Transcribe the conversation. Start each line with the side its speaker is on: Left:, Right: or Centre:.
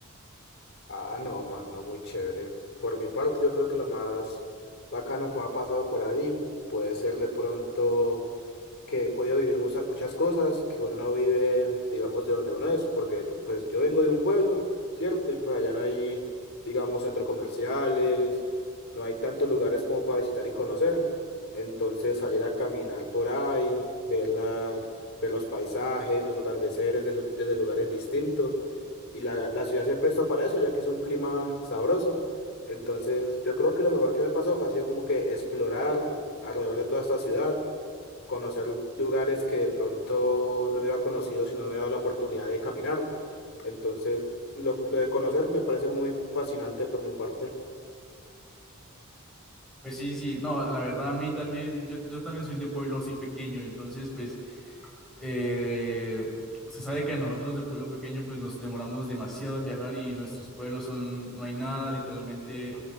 Left: Ah, no, mano, muy chévere. Por mi parte, yo creo que lo más bacano que me ha pasado por ahí puede ser de pronto que he podido vivir mucha- muchas cosas que uno no vive, digamos, de donde uno es, porque yo, pues yo vengo de un pueblo, ¿cierto? Y pues allá no hay, digamos, centros comerciales, no hay tantos lugares como para visitar y conocer. Entonces salir a caminar por ahí, ver las, ver los paisajes, los atardeceres de lu- desde lugares distintos. Y la, la ciudad se presta para eso, ya que es un clima sabroso. Entonces, yo creo que lo mejor que me ha pasado fue ha sido como que explorar alrededor de toda esta ciudad conocer lugares que de pronto no hubiera conocido si no hubiera dado la oportunidad de caminar. Entonces, lo, lo de conocer me parece muy fascinante por mi parte.
Centre: Pues sí, sí, no, la verdad a mí también, yo, yo también soy de pueblo así pequeño, entonces pues eh, se sabe que a nosotros de pueblo pequeño pues nos demoramos demasiado en viajar y nuestros pueblos son, no hay nada, literalmente